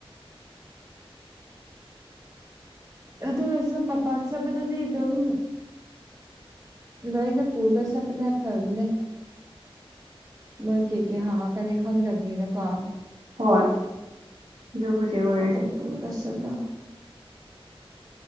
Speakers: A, on the right; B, on the right.
A: ꯑꯗꯨ ꯑꯣꯏꯔꯁꯨ ꯃꯄꯥꯟ ꯆꯠꯄꯗꯗꯤ ꯑꯗꯨꯝ ꯂꯣꯏꯅ ꯄꯨꯔꯒ ꯆꯠꯄꯅ ꯐꯕꯅꯦ ꯃꯣꯏ ꯀꯦꯛ ꯀꯦ ꯍꯪꯉꯛꯀꯅꯤ ꯈꯪꯗꯕꯅꯤꯅ ꯀꯣ
B: ꯍꯣꯏ ꯑꯗꯨꯕꯨꯗꯤ ꯑꯣꯏꯔꯦ
A: ꯑꯗꯨꯝ ꯄꯨꯔꯒ ꯆꯠꯂꯣ